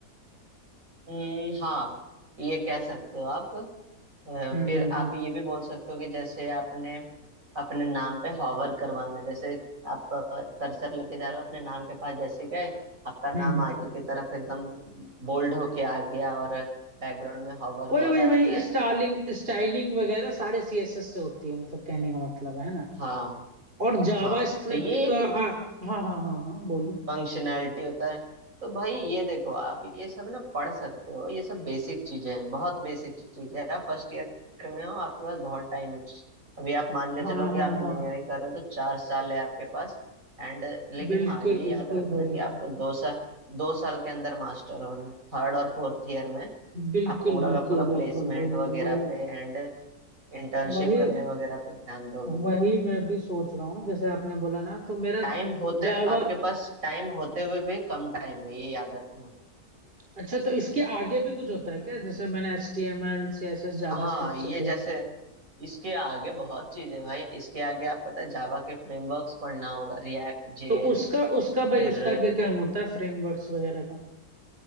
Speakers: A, on the right; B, on the right.
A: हम्म, हाँ ये कह सकते हो आप अ,
B: हम्म
A: फिर
B: हम्म
A: आप
B: हम्म
A: ये भी बोल सकते हो कि जैसे आपने अपने नाम पे हॉवर करवाना जैसे आप कर्सर लेके जा रहे हो अपने नाम के पास जैसे गए आपका नाम
B: हम्म, हम्म।
A: आगे की तरफ एकदम बोल्ड होके आ गया और बैकग्राउंड में हॉवर हो
B: वही
A: रहा
B: वही वही
A: है
B: स्टाइलिंग स्टाइलिंग वगैरह सारे सीएसएस से होती है मतलब कहने का मतलब है ना
A: हाँ
B: और जावा
A: हाँ
B: स्क्रिप्ट
A: तो ये एक
B: का आ, हाँ हाँ हाँ हाँ बोलिए
A: फंक्शनैलिटी होता है तो भाई ये देखो आप ये सब ना पढ़ सकते हो ये सब बेसिक चीजें हैं बहुत बेसिक चीजें हैं आप फर्स्ट ईयर में हो आपके पास बहुत टाइम है अभी आप मान के
B: हाँ
A: चलो कि
B: हाँ
A: आप इंजीनियरिंग
B: हाँ
A: कर रहे हो तो चार साल है आपके पास एंड लेकिन
B: बिल्कुल
A: हाँ ये
B: बिल्कुल
A: याद रखना
B: भाई
A: कि आपको दो साल दो साल के अंदर मास्टर होना है थर्ड और फोर्थ ईयर में
B: बिल्कुल
A: आप पूरा
B: बिल्कुल
A: का पूरा
B: बिल्कुल
A: प्लेसमेंट
B: वही
A: वगैरह
B: वही
A: पे एंड इंटर्नशिप
B: वही
A: करने वगैरह पे ध्यान दोगे
B: वही मैं भी सोच रहा हूँ जैसे आपने बोला ना तो मेरा
A: टाइम होते
B: जावा
A: आपके पास टाइम होते हुए भी कम टाइम है ये याद रखना
B: अच्छा तो इसके आगे भी कुछ होता है क्या जैसे मैंने H T M L C S S जावा
A: हाँ
B: स्क्रिप्ट
A: ये
B: सीख लिया
A: जैसे इसके आगे बहुत चीजें हैं भाई इसके आगे आप पता है जावा के फ्रेमवर्क्स पढ़ना होगा रिएक्ट जेएस
B: तो उसका उसका
A: फिर
B: भाई उसका क्या काम होता है फ्रेमवर्क्स वगैरह का